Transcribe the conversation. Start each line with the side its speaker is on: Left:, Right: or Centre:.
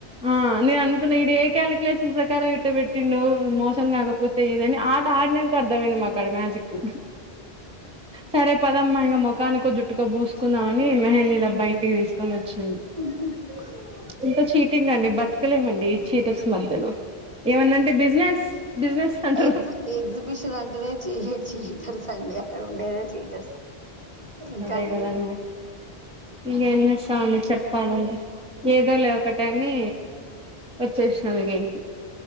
Centre: ఆ నేననుకున్నా ఇడు ఏ కాలిక్యలేషన్ ప్రకారం ఇటు పెట్టిండు మోసం గాకపోతే ఇదని ఆ ఆడ్నాక అర్థమైంది మాక్కడ మ్యాజిక్ సరే పదమ్మా ఇంకా మొకానికో జుట్టుకో పూసుకుందామని మెహేంది డబ్బా ఇంటికి తీసుకొని వచ్చినం
Right: ఉ
Centre: ఇంత చీటింగ్ అండి బతకలేమండి చీటప్స్ మధ్యలో ఏమన్నాంటే బిజినెస్ బిజినెస్ అంటారు
Right: ఎగ్జ్ ఎగ్జిబిషన్ అంటేనే చీ చీటర్స్ అండి అక్కడ ఉండేదే చీటర్స్ ఇంకా
Centre: అదే
Right: అండి
Centre: గదండి ఇంగేంచేస్తాన చెప్పాలంటే ఏదో లే ఒకటని వచ్చేష్నామిగ ఇంటి